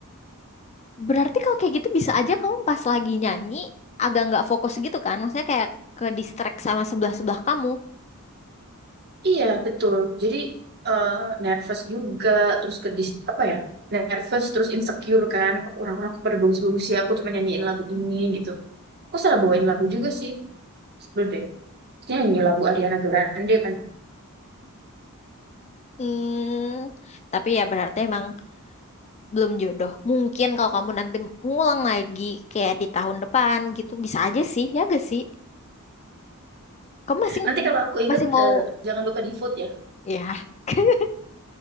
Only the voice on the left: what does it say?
berarti kalau kayak gitu bisa aja kamu pas lagi nyanyi agak nggak fokus gitu kan? Maksudnya kayak ke distract sama sebelah-sebelah kamu.
Hmm, tapi ya berarti emang belum jodoh. Mungkin kalau kamu nanti ngulang lagi kayak di tahun depan gitu bisa aja sih, ya gak sih? Kamu masih
masih mau
ya. <laughs>